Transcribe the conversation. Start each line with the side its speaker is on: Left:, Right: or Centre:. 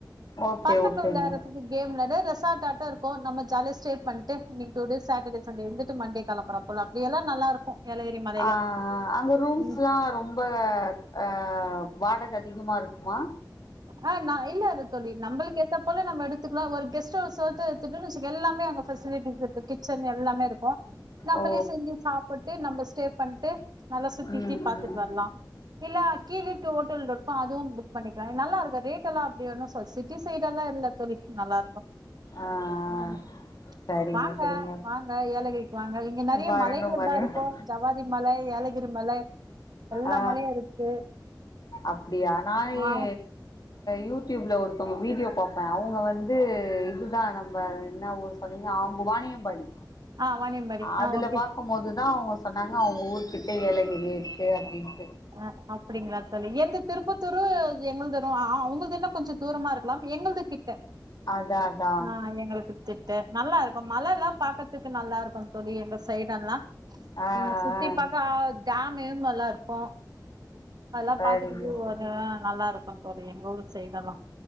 Left: ஓகே
Right: பசங்க
Left: ஓகேங்க
Right: விளையாட்றதுக்கு கேம் விளாயடு ரெசார்ட்ட ஆட்ட இருக்கு நம்ம ஜாலியா ஸ்டே பண்ணிட்டு டூ டேஸ் சாட்டடே சண்டே வந்துட்டு மண்டே கிளம்பறப்போல அப்டியெல்லாம் நல்லா இருக்கு ஏலகிரி மலையில
Left: அ அங்க ரூம்ஸ்ல்லா
Right: ம்
Left: ரொம்ப அ அ வாடக அதிகமா இருக்குமா
Right: அ நா இல்ல அது தோழி நம்மளுக்கு ஏத்த போல நம்ம எடுத்துக்கலா ஒரு கெஸ்ட் ஹவுஸ்ஸாவது எல்லாமே அங்க பெசிலிட்டிஸ் இருக்கு கிச்சன் எல்லாமே இருக்கு நம்மளே
Left: ஓ
Right: செஞ்சு சாப்பிட்டு நம்ம ஸ்டே பண்ணிட்டு நல்லா சுத்தித்தி
Left: ம்
Right: பாத்துட்டு
Left: ம்
Right: வர்லா இல்ல கீழேட்டு ஹோட்டல் இருக்கு அதுவு புக் பண்ணிக் நல்லாருக்கு ரேட் எல்லா அப்படி ஒண்ணு சொ சிட்டி சைடு எல்லா இல்ல தோழி நல்லா இருக்கு
Left: ஆ ஆ
Right: ம்
Left: சரிங்க
Right: வாங்க
Left: சரிங்க
Right: வாங்க ஏலகிரிக்கு வாங்க இங்க நெறைய
Left: வரணு
Right: மலைகள்
Left: வரணு
Right: தா இருக்கு ஜவ்வாதி மலை ஏலகிரி மல எல்லா
Left: ஆ
Right: மலையு இருக்கு
Left: அப்டியா நா
Right: ஆ
Left: எ யூடியூப்ல ஒருத்தவங்க வீடியோ பாப்பே அவுங்க வந்து இதுதா நம்ப என்ன ஊரு சொன்னிங்க அவுங்க வாணியம்பாடி
Right: ஆ வாணியம்பாடி
Left: அதுல
Right: ஆ ஓகே
Left: பாக்கும்போதுதா அவுங்க சொன்னாங்க அவங்க ஊர்கிட்ட ஏலகிரி இருக்கு அப்டினு
Right: அ அப்பிடிங்ளா தோழி எந்த திருப்பத்தூரு எங்களுது என்ன அ உங்களுதுனா கொஞ்ச தூரமா இருக்கலாம் எங்குளுது கிட்ட
Left: அதா அதா
Right: ஆ எங்களுக்கு திட்ட நல்லா இருக்கு மல எல்லா பாக்கறதுக்கு நல்லா இருக்கு தோழி எங்க சைடு எல்லா
Left: ஆ
Right: உ சுத்தி
Left: ஆ
Right: பாக்க அ டேம் ஹீமெல்லா இருக்கு அதெல்லா
Left: சரிங்க
Right: பாத்துட்டு கீது போங்க
Left: சரிங்க
Right: நல்லா இருக்கு தோழி எங்க ஊர் சைடெல்லா